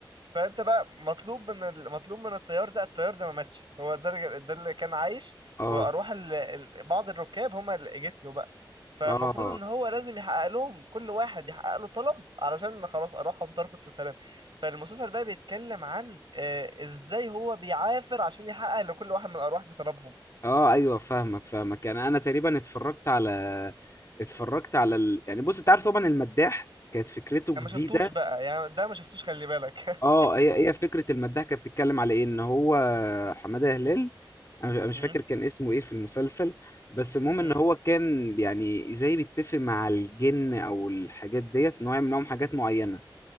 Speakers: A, on the right; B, on the left.
A: فانت بقى مطلوب من ال... مطلوب من الطيار ده الطيار ده ما ماتش هو ده الرجل- ده اللي كان عايش
B: اه
A: واروح ال... ال... بعض الركاب هما اللي جت له بقى فالمفروض
B: اه اه
A: ان هو لازم يحقق لهم كل واحد يحقق له طلب علشان خلاص اروحهم تركض في سلام فالمسلسل بقى بيتكلم عن آه، ازاي هو بيعافر عشان يحقق لكل واحد من الارواح دي طلبهم
B: آه، ايوه فاهمك فاهمك يعني انا تقريبا اتفرجت على اتفرجت على ال... يعني بص انت عارف طبعا المداح كانت فكرته
A: انا
B: جديده
A: ما شفتوش بقى يعني ده ما شفتوش خلي بالك
B: اه هي هي فكره المداح كانت بتتكلم على ايه ان هو حماده هلال انا مش أنا مش
A: <laughs>
B: فاكر
A: امم
B: كان اسمه ايه في المسلسل بس المهم
A: امم
B: ان هو كان يعني زي بيتفق مع الجن او الحاجات ديت ان هو يعمل لهم حاجات معينه